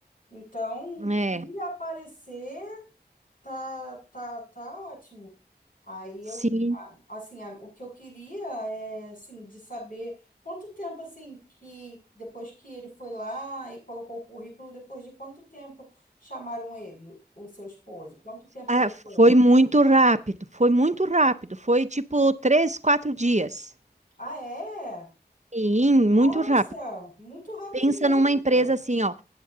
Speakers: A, on the left; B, on the right.
A: Então, o que
B: É,
A: aparecer tá, tá, tá ótimo. Aí
B: sim.
A: eu, a- assim, a- o que eu queria é, assim, de saber quanto tempo, assim, que depois que ele foi lá e colocou o currículo, depois de quanto tempo chamaram ele, o seu esposo? Quanto tempo
B: Ah,
A: depois?
B: foi muito rápido, foi muito rápido, foi tipo três, quatro dias.
A: Ah, é?
B: Sim,
A: Nossa,
B: muito rápido.
A: muito rápido
B: Pensa
A: mesmo.
B: numa empresa assim, ó.